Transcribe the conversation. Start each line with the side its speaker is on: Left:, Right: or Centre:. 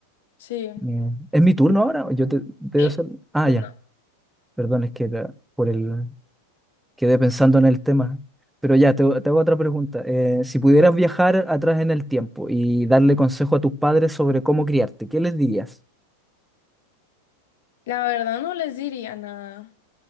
Left: Sí.
Centre: Eh, ¿es mi turno ahora? Yo te, te
Left: Sí,
Centre: doy- Ah,
Left: pues
Centre: ya,
Left: no.
Centre: perdón, es que era por el, Quedé pensando en el tema. Pero ya, te, te hago otra pregunta. Eh, si pudieras viajar atrás en el tiempo y darle consejo a tus padres sobre cómo criarte, ¿qué les dirías?
Left: La verdad no les diría nada.